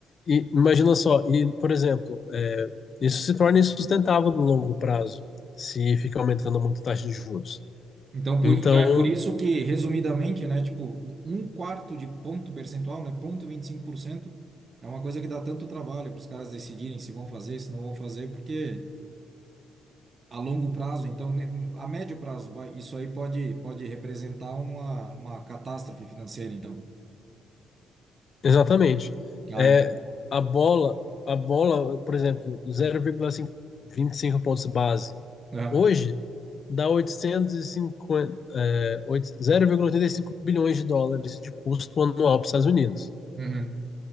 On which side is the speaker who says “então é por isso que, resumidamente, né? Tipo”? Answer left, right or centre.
Right